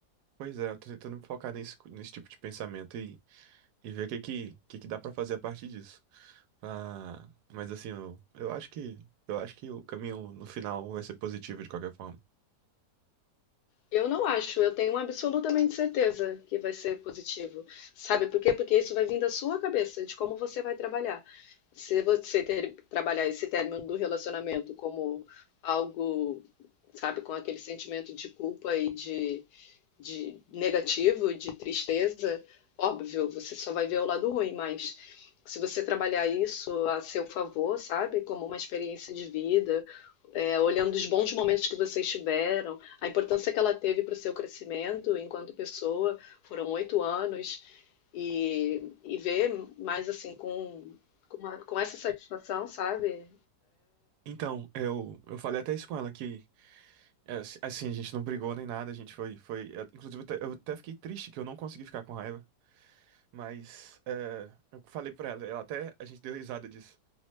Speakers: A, on the right (about 80°); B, on the left (about 75°).
A: Pois é, eu tô tentando me focar nesse, nesse tipo de pensamento e, e ver o que que, que que dá pra fazer a partir disso. Ah, mas assim, eu, eu acho que eu acho que o caminho no final vai ser positivo de qualquer forma.
B: Eu não acho, eu tenho absolutamente certeza que vai ser positivo. Sabe por quê? Porque isso vai vir da sua cabeça, de como você vai trabalhar. Se você ter- trabalhar esse término do relacionamento como algo, sabe, com aquele sentimento de culpa e de, de negativo, de tristeza, óbvio, você só vai ver o lado ruim, mas se você trabalhar isso a seu favor, sabe, como uma experiência de vida, é, olhando os bons momentos que vocês tiveram, a importância que ela teve para o seu crescimento enquanto pessoa, foram oito anos, e, e ver mais assim com, com, uma- com essa satisfação, sabe?
A: Então, eu, eu falei até isso com ela que É, assi- Assim, a gente não brigou nem nada, a gente foi, foi, é, inclusive eu até eu até fiquei triste que eu não consegui ficar com raiva, mas é, eu falei pra ela, ela até, a gente deu risada disso,